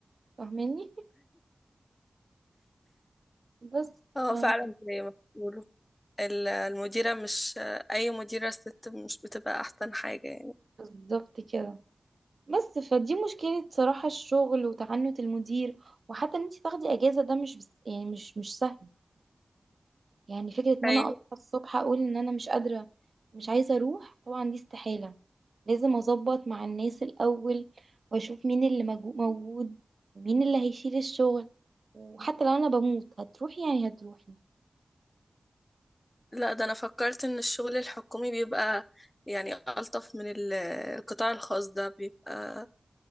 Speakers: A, on the right; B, on the left.
A: فاهماني <laughs> بس
B: هو
A: فاهمة
B: فعلا زي ما بيقولوا ال- المديرة مش أي مديرة ست مش بتبقى أحسن حاجة يعني
A: بالظبط كده بس فدي مشكلة صراحة الشغل وتعنت المدير وحتى ان انت تاخدي اجازة ده مش بس يعني مش مش سهل يعني فكرة ان
B: أيوه
A: انا اصحى الصبح اقول ان انا مش قادرة مش عايزة اروح طبعا دي استحالة لازم اظبط مع الناس الاول واشوف مين اللي مجو- موجود ومين اللي هيشيل الشغل وحتى لو انا بموت هتروحي يعني هتروحي
B: لا ده انا فكرت ان الشغل الحكومي بيبقى يعني الطف من ال- آه، القطاع الخاص ده بيبك...